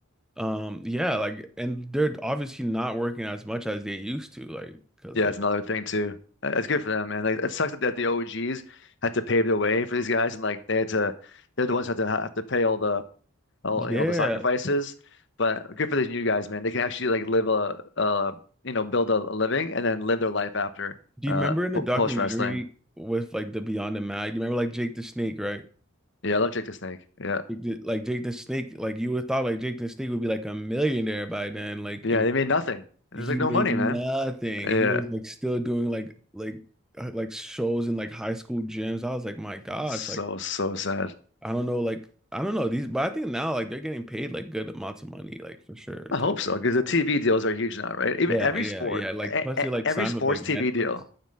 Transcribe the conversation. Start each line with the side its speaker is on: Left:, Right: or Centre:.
Centre: Um, yeah, like, and they're obviously not working as much as they used to, like, because
Left: yeah.
Centre: like,
Left: It's another thing too. Uh, It's good for them, man. Like it sucks that, that the OGs had to pave the way for these guys, and like they had to, they're the ones that had to have to pay all the all
Centre: yeah.
Left: you know the sacrifices. But good for these new guys, man. They can actually like live a, a you know build a, a living and then live their life after
Centre: Do you
Left: uh
Centre: remember in the
Left: po
Centre: documentary
Left: post wrestling.
Centre: with like the Beyond the Mat? Do you remember like Jake the Snake, right?
Left: Yeah, I love Jake the Snake. Yeah,
Centre: Jake the- Like Jake the Snake, like you would have thought like Jake the Snake would be like a millionaire by then, like
Left: yeah.
Centre: and
Left: They made nothing. There's
Centre: he
Left: like no
Centre: made
Left: money,
Centre: nothing.
Left: man. Yeah,
Centre: He was like still doing like like uh, like shows in like high school gyms. I was like, my gosh,
Left: so
Centre: like
Left: so sad.
Centre: I don't know, like I don't know these, but I think now like they're getting paid like good amounts of money, like for sure
Left: I
Centre: too.
Left: hope so because the TV deals are huge now, right? Even
Centre: Yeah,
Left: every
Centre: yeah,
Left: sport,
Centre: yeah. Like
Left: e
Centre: plus
Left: e-
Centre: they like
Left: every
Centre: signed
Left: sports
Centre: with like
Left: TV
Centre: Netflix.
Left: deal.